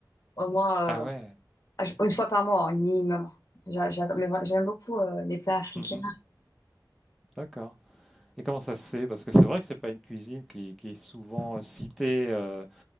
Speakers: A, on the left; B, in the centre.
A: au moins
B: Ah
A: euh,
B: ouais,
A: une fois par mois hein, minimum. J'a- j'adore- mais vra- J'aime beaucoup euh, les plats africains.
B: mhm, d'accord. Et comment ça se fait? Parce que c'est vrai que c'est pas une cuisine qui, qui est souvent euh, citée, euh,